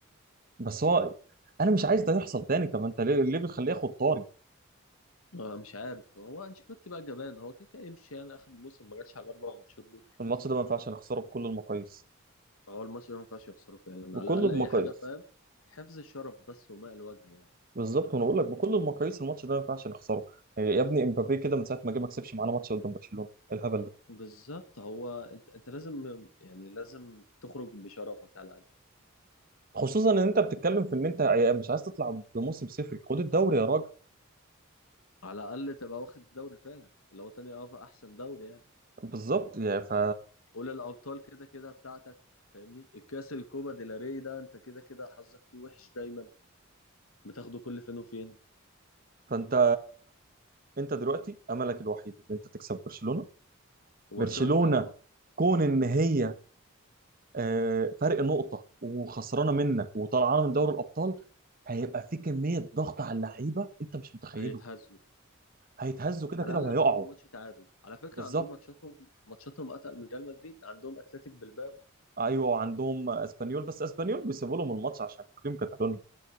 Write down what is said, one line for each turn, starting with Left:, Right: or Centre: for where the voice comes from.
Right: بس هو انا مش عايز ده يحصل تاني طب انت ليه ليه بتخليه ياخد طاري
Left: آه، مش عارف هو انشيلوتي بقى جبان هو كده كده يمشي يعني اخر الموسم ما جاتش على الاربع ماتشات دول
Right: الماتش ده ما ينفعش نخسره بكل المقاييس
Left: هو الماتش ده ما ينفعش يخسره فعلا
Right: بكل
Left: على الاقل
Right: المقاييس
Left: اي حاجه فاهم حفظ الشرف بس وماء الوجه يعني
Right: بالظبط وانا بقول لك بكل المقاييس الماتش ده ما ينفعش نخسره يعني يا ابني امبابي كده من ساعه ما جه ما كسبش معانا ماتش قدام برشلونه إيه الهبل ده
Left: بالظبط هو انت انت لازم يعني لازم تخرج بشرفك على الاقل
Right: خصوصا ان انت بتتكلم في ان انت مش عايز تطلع بموسم صفر خد الدوري يا راجل
Left: على الاقل تبقى واخد الدوري فعلا اللي هو تاني أف- احسن دوري يعني
Right: بالظبط يعني ف...
Left: قول الابطال كده كده بتاعتك فاهمني الكاس الكوبا ديلاري ده انت كده كده حظك فيه وحش دايما بتاخده كل فين وفين
Right: فانت انت دلوقتي املك الوحيد ان انت تكسب برشلونه
Left: وبرشلونه
Right: برشلونه
Left: تتعادل ماتش
Right: كون ان هي آه، فرق نقطه وخسرانه منك وطلعانه من دوري الابطال هيبقى في كميه ضغط على اللعيبه انت مش متخيله
Left: هيتهزوا
Right: هيتهزوا كده
Left: على
Right: كده
Left: الاقل
Right: وهيقعوا
Left: يخرجوا بماتش تعادل على فكره
Right: بالظبط
Left: عندهم ماتشاتهم ماتشاتهم اتقل من ريال مدريد عندهم اتلتيك بلباو
Right: ايوه عندهم اسبانيول بس اسبانيول بيسيبوا لهم الماتش عشان تقييم كاتالونيا